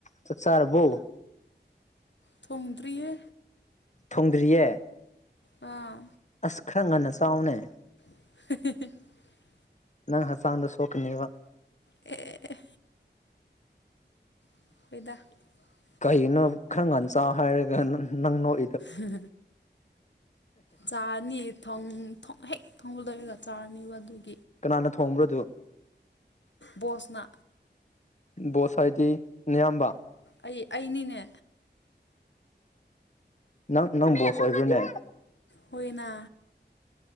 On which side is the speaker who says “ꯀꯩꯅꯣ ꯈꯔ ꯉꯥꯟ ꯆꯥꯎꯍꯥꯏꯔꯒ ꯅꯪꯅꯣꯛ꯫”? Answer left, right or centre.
Left